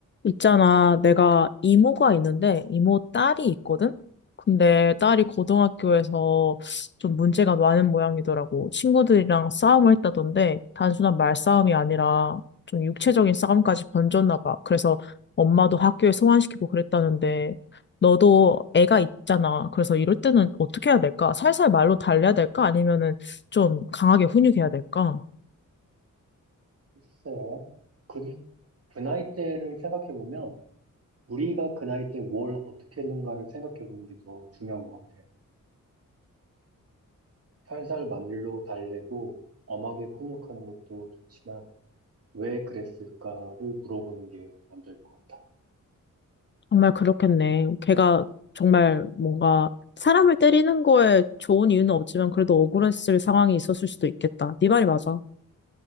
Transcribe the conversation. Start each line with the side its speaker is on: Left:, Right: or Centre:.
Left: 있잖아, 내가 이모가 있는데, 이모 딸이 있거든? 근데 딸이 고등학교에서 좀 문제가 많은 모양이더라고. 친구들이랑 싸움을 했다던데, 단순한 말싸움이 아니라 좀 육체적인 싸움까지 번졌나 봐. 그래서 엄마도 학교에 소환시키고 그랬다는데, 너도 애가 있잖아. 그래서 이럴 때는 어떻게 해야 될까? 살살 말로 달래야 될까? 아니면은 좀 강하게 훈육해야 될까?
Right: 글쎄요. 그, 그 나이대를 생각해보면, 우리가 그 나이대 뭘 어떻게 했는가를 생각해보는 게 더 중요한 것 같아. 살살 만릴로 달래고, 엄하게 훈육하는 것도 좋지만, 왜 그랬을까를 물어보는 게 먼저일 것 같아.
Left: 정말 그렇겠네. 걔가 정말 뭔가 사람을 때리는 거에 좋은 이유는 없지만 그래도 억울했을 상황이 있었을 수도 있겠다. 네 말이 맞아.